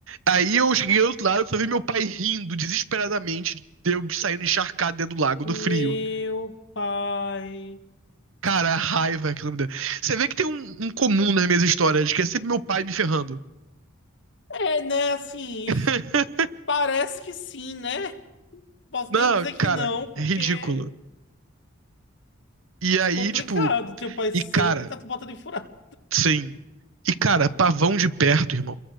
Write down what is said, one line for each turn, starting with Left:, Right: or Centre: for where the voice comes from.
Right: Aí eu cheguei do outro lado, só vi meu pai rindo desesperadamente, de eu saindo encharcado dentro do lago, do frio.
Left: Meu pai.
Right: Cara, a raiva que ela me deu. Você vê que tem um, um comum nas minhas histórias, que é sempre meu pai me ferrando.
Left: É, né? Assim,
Right: <laughs>
Left: parece que sim, né? Posso
Right: Não,
Left: nem dizer que
Right: cara,
Left: não, porque
Right: é ridículo.
Left: é
Right: E aí,
Left: complicado.
Right: tipo,
Left: Teu pai sempre
Right: e cara,
Left: tá te botando em furado.
Right: sim. E cara, pavão de perto, irmão.